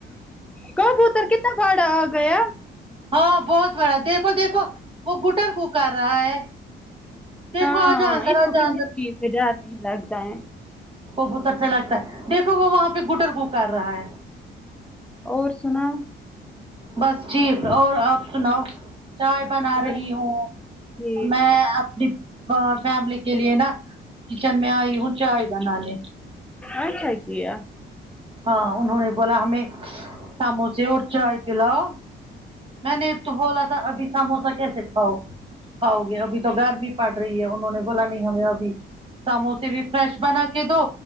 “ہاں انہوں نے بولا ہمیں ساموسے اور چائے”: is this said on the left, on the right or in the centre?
Right